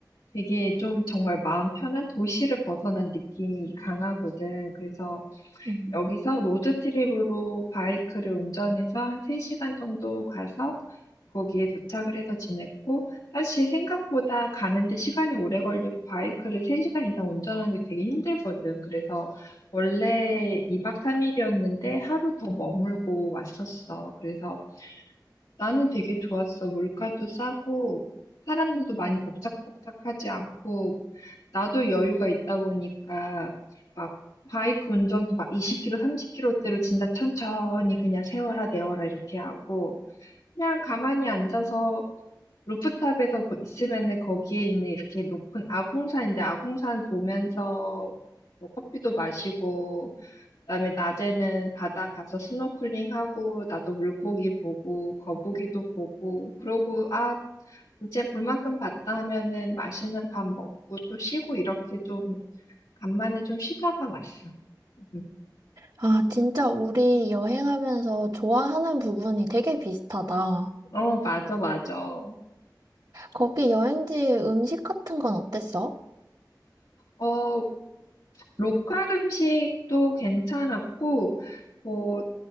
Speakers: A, on the left; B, on the right.
A: 되게 좀 정말 마음 편한 도시를 벗어난 느낌이 강하거든. 그래서
B: 음,
A: 여기서 로드트립으로 바이크를 운전해서 한 3시간 정도 가서 거기에 도착을 해서 지냈고, 사실 생각보다 가는데 시간이 오래 걸리고 바이크를 3시간 이상 운전하는 게 되게 힘들거든. 그래서 원래 2박 3일이었는데 하루 더 머물고 왔었어. 그래서 나는 되게 좋았어. 물가도 싸고, 사람들도 많이 복작복작하지 않고, 나도 여유가 있다 보니까 막 바이크 운전도 막 20km, 30km대로 진짜 천천히 그냥 세워라 내워라 이렇게 하고 그냥 가만히 앉아서 루프탑에서 뭐 있으면은 거기에 있는 이렇게 높은 아궁산인데 아궁산 보면서 뭐 커피도 마시고 그다음에 낮에는 바다 가서 스노클링하고 나도 물고기 보고 거북이도 보고 그러고 아 이제 볼 만큼 봤다 하면은 맛있는 밥 먹고 또 쉬고 이렇게 좀 간만에 좀 쉬다가 왔어. 음.
B: 아, 진짜 우리 여행하면서 좋아하는 부분이 되게 비슷하다.
A: 어, 맞아, 맞아.
B: 거기 여행지 음식 같은 건 어땠어?
A: 어, 로컬 음식도 괜찮았고, 뭐,